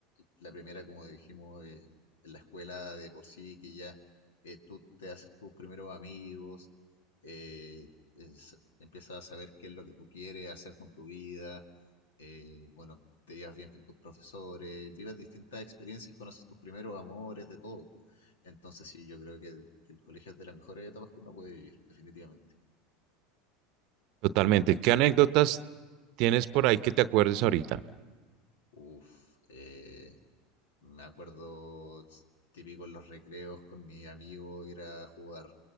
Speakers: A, on the left; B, on the right.
A: La primera, como dijimos, es la escuela de por sí, que ya eh, tú te haces tus primeros amigos, eh, es- empiezas a saber qué es lo que tú quieres hacer con tu vida, eh, bueno, te llevas bien con tus profesores, vives distintas experiencias, conoces tus primeros amores, de todo. Entonces, sí, yo creo que el colegio es de las mejores etapas que uno puede vivir, definitivamente.
B: Totalmente. ¿Qué anécdotas tienes por ahí que te acuerdes ahorita?
A: Uf, eh, me acuerdo ts- típico en los recreos con mi amigo ir a jugar